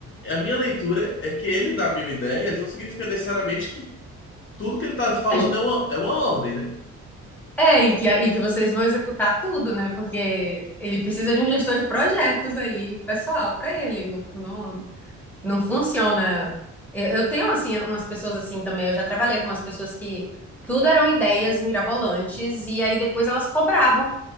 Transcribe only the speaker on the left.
a minha leitura é que ele dá mil ideias não significa necessariamente que tudo que ele tá falando
é uma, é uma ordem, né?